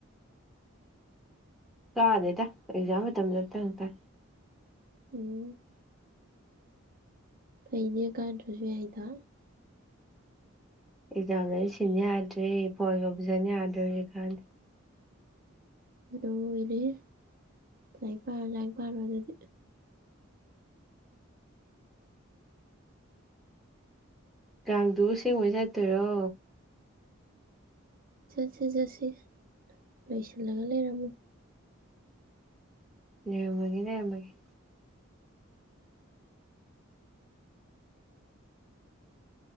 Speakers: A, in the centre; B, on the right.
A: ꯀꯥꯗꯦꯗ ꯑꯦꯛꯖꯥꯝ ꯃꯇꯝꯗꯇꯪ ꯀꯥꯏ
B: ꯎꯝ ꯐꯩꯅꯦ ꯀꯥꯗ꯭ꯔꯥꯁꯨ ꯌꯥꯏꯗꯣ
A: ꯑꯦꯛꯖꯥꯝꯗꯗꯤ ꯁꯤꯟ ꯌꯥꯗ꯭ꯔꯦ ꯐꯣꯟꯒꯥ ꯄꯨꯁꯟ ꯌꯥꯗ꯭ꯔꯦ ꯍꯧꯖꯤꯛꯀꯥꯟꯗꯤ
B: ꯂꯣꯢꯔꯦꯍꯦ ꯂꯥꯏꯔꯤꯛ ꯄꯥꯔꯣ ꯂꯥꯏꯔꯤꯛ ꯄꯥꯔꯣ ꯑꯗꯨꯗꯤ
A: ꯀꯥꯡꯗꯨꯕꯨ ꯑꯁꯦꯡꯕꯩ ꯆꯠꯇꯣꯏꯔꯣ
B: ꯆꯠꯁꯤ ꯆꯠꯁꯤ ꯂꯣꯏꯁꯤꯜꯂꯒ ꯂꯩꯔꯝꯃꯨ
A: ꯂꯩꯔꯝꯃꯒꯦ ꯂꯩꯔꯝꯃꯒꯦ